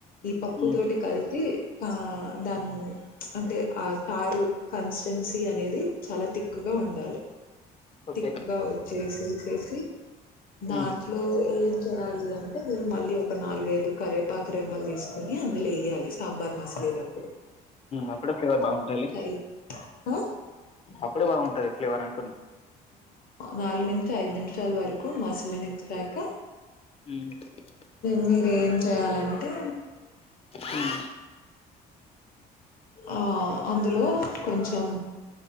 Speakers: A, on the left (about 55°); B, on the left (about 35°).
A: ఈ పప్పు
B: హ్మ్
A: తోటి కలిసి దాని అంటే ఆ కారు కన్సిస్టెన్సీ అనేది చాల థిక్గా ఉండాలి
B: ఓకే
A: తిక్గా వచ్చేససేసి
B: హ్మ్
A: దాంట్లో ఏం చేయాలి అంటే మీరు మళ్ళీ ఒక నాలుగైదు కరేపాక రెమ్మలు తీసుకుొని అందులో వేయాలి సాంబార్ మసాలేటప్పుడు
B: అప్పుడ ఫవ బాగుంటాల
A: ఐదు ఆ
B: అప్పుడు బాగుంటా ఫ్లేవర్ అంటుంది
A: నాలుగు నుంచి ఐదు నిమిషాల వరకు మసాలానిచ్చాక
B: మ్
A: మీర ఏం చేయాలంటే
B: హ్మ్
A: ఆ అందులో కొంచెం